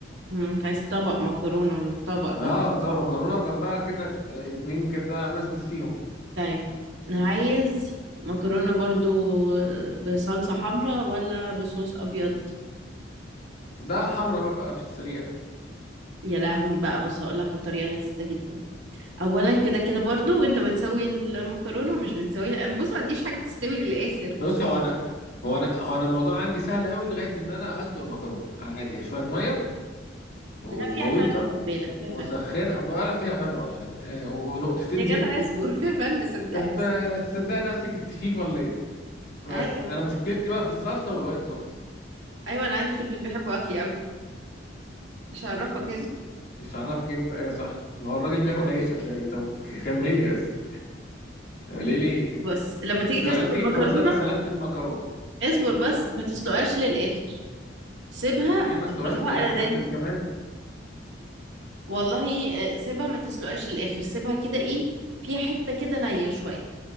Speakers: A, on the right; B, on the left.
A: مم، انت عايز طبق مكرونه من الطبق ده
B: اه طب مكرونة وجنبها كده ات- اتنين كده مزمز فيهم
A: طيب عايز مكرونة برضو بصلصة حمراء ولا بصوص أبيض
B: ده حمرا بقى في السريع
A: يا لهوي بقى بص أقول لك على طريقة لذيذة جدا أولا كده كده برضو وأنت بتسوي المكرونة مش بتسوي أنا بص ما عنديش حاجة بتستوي للآخر
B: بص هو انا هو انا هو انا الموضوع عندي سهل قوي لغاية ان انا اسلق المكرونة عادي هي شوية مية وغويطة
A: لا فيها فن خد بالك فيها
B: وسخنة
A: فن
B: بقى لا فيها فن ولا انت ونقطتين
A: يا
B: زيت
A: جدع اصبر فيها فن صدقني
B: هت- هتصدقي نفسك انت شيف ولا ايه بس
A: أيوه
B: انا مشكلتي بقى في الصلصه والوايت صوص
A: أيوه أنا عندي في البيت بيحبوا أكلي أوي مش هعرفك كده
B: ايش عرفك انت ايه صح ما هو الراجل بياكل عيش هتلاقيه طب كملي بس ليه لي
A: بص لما تيجي
B: دلوقتي
A: تسلق المكرونة
B: خلاص انا سلقت المكرونه
A: اصبر بس ما تسلقهاش للآخر سيبها
B: ليه ما اسلقهاش
A: بيسموها
B: للاخر
A: على
B: حتى دي كمان
A: والله آه، سيبها ما تسلقهاش للاخر سيبها كده ايه فيها حته كده نيه شويه